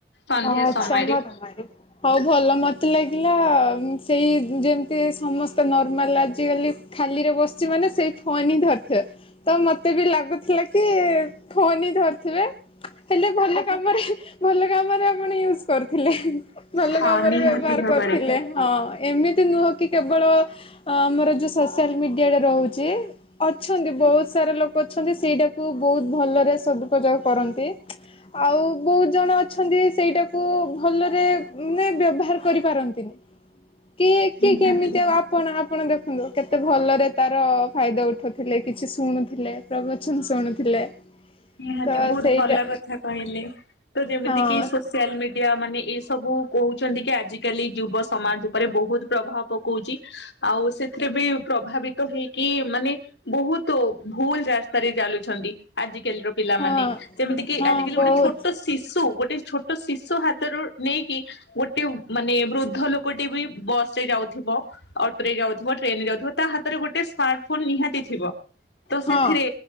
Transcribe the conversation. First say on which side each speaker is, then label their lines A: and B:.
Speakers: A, on the left; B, on the left.
A: ସନ୍ଧ୍ୟା
B: ଆଚ୍ଛା
A: ସମୟରେ
B: ମତ ହଉ ଭଲ ମତେ ଲାଗିଲା ସେଇ ଯେମିତି ସମସ୍ତ ନର୍ମାଲ ଆଜିକାଲି ଖାଲିରେ ବସ ବସଛିମାନେ ସେଇ ଫୋନ୍ ହିଁ ଧରିଥିବେ ତ ମତେ ବି ଲାଗୁଥିଲା କି ଫୋନ୍ ହିଁ ଧରିଥିବେ ହେଲେ ଭଲ କାମରେ ଭଲ କାମରେ ଆପଣ ୟୁଜ କରିଥିଲେ ଭଲ
A: ହଁ
B: କାମରେ
A: ନିହାତି
B: ବ୍ୟବହାର
A: ଭାବରେ
B: କରୁଥିଲେ ହଁ। ଏମିତି ନୁହଁ କି କେବଳ ଆମର ଯୋଉ ସୋସିଆଲ ମିଡି ରହୁଛି ଅଛନ୍ତି ବହୁତ ବହୁତ ସାରା ଲୋକ ଅଛନ୍ତି ସେଇଟାକୁ ବହୁତ ଭଲରେ ସଦୁପଯୋଗ କରନ୍ତି ଆଉ ବହୁତ ଜଣ ଅଛନ୍ତି ସେଇଟାକୁ ଭଲରେ ନାଇଁ ବ୍ୟବହାର କରିପାରନ୍ତିନି। କିଏ କିଏ
A: ନିହାତି।
B: କେମିତି ଆଉ ଆପଣ ଆପଣ ଦେଖନ୍ତୁ କେତେ ଭଲରେ ତାର ଫାଇଦା ଉଠଉଥିଲେ କିଛି ଶୁଣୁଥିଲେ ପ୍ରବଚନ ଶୁଣୁଥିଲେ
A: ନିହାତି
B: ତ
A: ବହୁତ
B: ସେଇଟା
A: ଭଲ କଥା କହିଲେ ତ ଯେମିତି
B: ହଁ
A: କି ସୋସିଆଲ ମିଡିଆ ମାନେ ଏ ସବୁ କହୁଛନ୍ତି କି ଆଜିକାଲି ଯୁବ ସମାଜ ଉପରେ ବହୁତ ପ୍ରଭାବ ପକାଉଛି। ଆଉ ସେଥିରେ ବି ପ୍ରଭାବିତ ହେଇକି ମାନେ ବହୁତ ଭୁଲ ରାସ୍ତାରେ ଚାଲୁଛନ୍ତି ଆଜି କାଲି ର ପିଲାମାନେ
B: ହଁ
A: ଯେମିତିକ
B: ହଁ
A: ଆଜିକାଲି
B: ବହୁତ
A: ଗୋଟେ ଛୋଟ ଶିଶୁ ଗୋଟେ ଛୋଟ ଶିଶୁ ହାତରୁ ନେଇକି ଗୋଟେ ମାନେ ବୃଦ୍ଧ ଲୋକଟି ବି ବସ ରେ ଯାଉଥିବ ଅଟୋ ରେ ଯାଉଥିବ ଟ୍ରେନ ରେ ଯାଉଥିବ ତା ହାତରେ ଗୋଟେ ସ୍ମାର୍ଟ ଫୋନ ନିହାତି ଥିବ। ତ
B: ହଁ
A: ସେଥିରେ